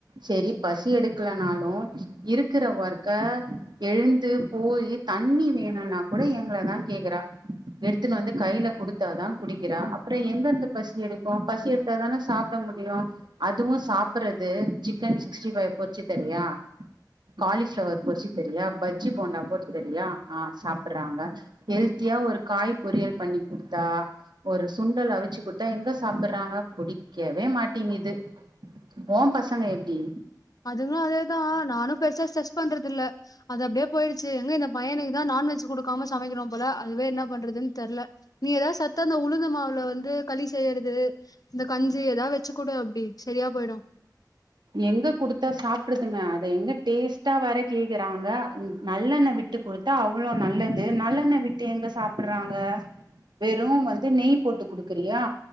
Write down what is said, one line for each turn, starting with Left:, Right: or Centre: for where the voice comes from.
Right: செரி பசி எடுக்கலனாலும் இருக்கிற ஒர் எழுந்து போய் தண்ணி வேணும்னா கூட எங்கள தான் கேக்குறா எடுத்துன்னு வந்து கையில குடுத்தாதான் குடிக்கிற அப்புறம் எங்கிருந்து பசி எடுக்கும் பசி எடு த்த தானே சாப்ட முடியு அதுவும் சாப்டுறது சிக்கன் சிக்ஸ்டி ஃபைவ் போர்ச்சு தரியா காலி ஃபளவர் பொர்ச்சு தெரியா பஜ்ஜி போண்டா போர்ச்சு தெரியா ஆ சாப்றாங்க ஹெல்த்தியா ஒரு காய் பொரியல் பண்ணி கொடுத்தா ஒரு சுண்டல் அவிச்சுக்குடுத்த எங்க சாப்புறாங்க புடிக்கவே மாட்டீங்குது ஓ பசங்க எப்டி
Left: அதுங்களும் அதேதான் நானும் பெருசா ஸ்டரெஸ் பண்றது இல்ல அது அப்டியே பொய்டுச்சு எங்க இந்த பையனுக்கு தான் நான்வெஜ் குடுக்காம சமைக்கிறோ போல அதுவே என்ன பண்றதுன்னு தெரில நீ ஏத சத்தன உளுந்து மாவுல வந்து களி செய்றேது இந்த கஞ்சி ஏதாவது வெச்சு கூடு அப்டி செரியா போயிடும்
Right: எங்க குடுத்தா சாப்டுதுங்க அத எங்க டேஸ்ட்டா வர கேக்குறாங்க நல்லெண்ண விட் ட்டு கொடுத்தா அவ்ளோ நல்லது நல்லெண்ண விட்டு எங்க சாப்டுறாங்க வெறும் வந்து நெய் போட்டு குடுக்குறியா